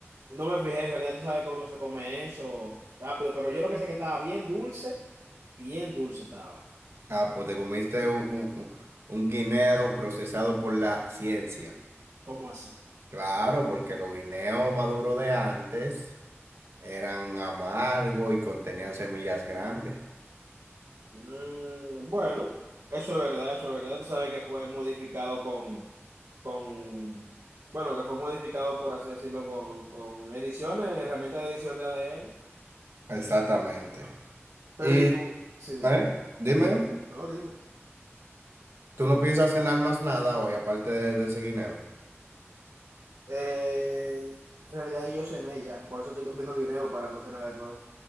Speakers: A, on the right; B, on the right.
A: No me fijé, en realidad tú sabes que uno se come eso rápido, pero yo lo que sé que estaba bien dulce, bien dulce estaba.
B: Ah, pues te comiste un, un- un- un guineo procesado por la ciencia.
A: ¿Cómo así?
B: Claro, porque los guineos maduros de antes eran amargos y contenían semillas grandes.
A: Mm, bueno, eso es verdad, eso es verdad. Tú sabes que fue modificado con, con, bueno, que fue modificado, por así decirlo, con, con ediciones, herramientas de edición de ADN.
B: Exactamente.
A: Pero
B: Y,
A: y tú, sí, dime,
B: ¿eh? Dime,
A: dime, dime. no, dime.
B: ¿tú no piensas cenar más nada hoy aparte de de ese guineo?
A: Eh, en realidad yo cené ya, por eso estoy comiendo guineo para no cenar de nuevo.